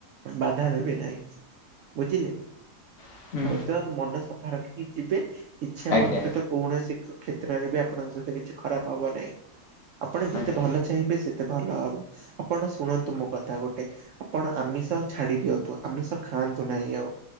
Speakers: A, on the right; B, on the left.
A: ବାଧା ଦେବେ ନାହିଁ। ବୁଝିଲେ
B: ହୁଁ
A: ସଉ ତ ମନ ସଫା ରଖିକି ଯିବେ କିଛି ଆପଣଙ୍କ
B: ଆଜ୍ଞା
A: ସହିତ କୌଣସି କ୍ଷେତ୍ରରେ ବି ଆପଣଙ୍କ ସହିତ କିଛି ଖରାପ ହବ ନାହିଁ ଆପଣ ଯେତେ
B: ଆଜ୍ଞା
A: ଭଲ ଚାହିଁବେ ସେତେ ଭଲ ହବ। ଆପଣ ଶୁଣନ୍ତୁ ମୋ କଥା ଗୋଟେ ଆପଣ ଆମିଷ ଛାଡି ଦିଅନ୍ତୁ ଆମିଷ ଖାଆ ନ୍ତୁ ନାହିଁ ଆଉ